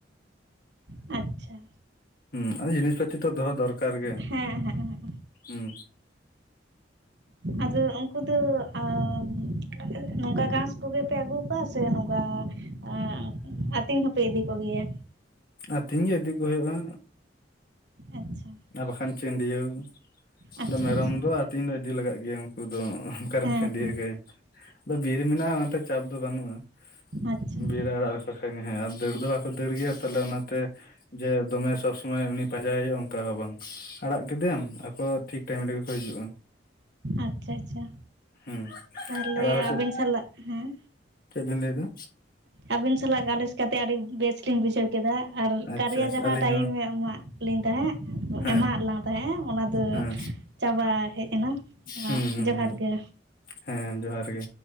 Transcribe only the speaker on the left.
ᱩᱸ ᱟᱫᱚ ᱡᱤᱱᱤᱥ ᱯᱟᱛᱤ ᱛᱚ ᱫᱚᱦᱚ ᱫᱚᱨᱠᱟᱨ ᱜᱮ,
ᱩᱸ᱾
ᱟᱛᱤᱧ ᱜᱮ ᱤᱫᱤ ᱠᱚ ᱦᱳᱭᱳᱼᱟ᱾
ᱟ ᱵᱟᱠᱷᱟᱱ ᱪᱟᱹᱱᱰᱭᱟᱹᱣ,
ᱫᱚ ᱢᱮᱨᱚᱢ
ᱫᱚ ᱟᱹᱛᱤᱧ ᱫᱚ ᱤᱫᱤ ᱞᱟᱜᱟᱜ ᱜᱮᱭᱟ ᱩᱱᱠᱩ ᱫᱚ᱾ ᱚᱠᱟᱨᱮᱢ
ᱪᱟᱹᱰᱭᱟ
ᱠᱟᱭᱟ ᱟᱫᱚ ᱵᱤᱨ ᱢᱮᱱᱟᱜᱼᱟ ᱚᱱᱟᱛᱮ ᱪᱟᱯ ᱫᱚ ᱵᱟᱹᱱᱩᱜᱼᱟ
ᱵᱤᱨ ᱟᱲᱟᱝ ᱦᱮᱸ ᱟᱨ ᱫᱟᱹᱲ ᱫᱚ ᱵᱟᱝᱠᱚ ᱫᱟᱹᱲ ᱜᱮᱭᱟ ᱛᱟᱦᱞᱮ ᱚᱱᱟᱛᱮ ᱡᱮ ᱫᱚᱢᱮ ᱥᱚᱵ ᱥᱚᱢᱚᱭ ᱩᱱᱤ ᱯᱟᱸᱡᱟᱭ ᱦᱩᱭᱩᱜᱼᱟ ᱚᱱᱠᱟ ᱦᱚᱸ ᱵᱟᱝ ᱟᱲᱟᱝ ᱠᱮᱫᱮᱟᱢ ᱟᱠᱚ ᱴᱷᱤᱠ ᱴᱟᱭᱤᱢ ᱨᱮᱜᱮ ᱠᱚ ᱦᱤᱡᱩᱜᱼᱟ
ᱦᱩᱸ
ᱟᱨ ᱟᱞᱮ ᱥᱮᱫ
ᱪᱮᱫ ᱵᱤᱱ ᱞᱟᱹᱭ ᱫᱟ?
ᱟᱪᱪᱷᱟ
ᱟᱪᱪᱷᱟ
ᱟᱹᱞᱤᱧ
ᱦᱚᱸ
ᱦᱮᱸ
ᱦᱮᱸ
ᱦᱩᱸ ᱦᱩᱸ
ᱦᱩᱸ
ᱦᱮᱸ ᱡᱚᱦᱟᱨ ᱜᱮ